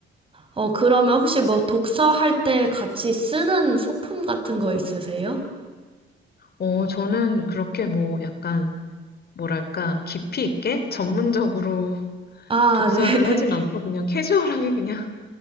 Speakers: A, on the right; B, on the left.
A: 어, 그러면 혹시 뭐 독서할 때 같이 쓰는 소품 같은 거 있으세요?
B: 어, 저는 그렇게 뭐 약간, 뭐랄까, 깊이 있게 전문적으로
A: 아,
B: 독서를
A: 네.
B: 하진
A: <laughs>
B: 않고 그냥 캐주얼하게 그냥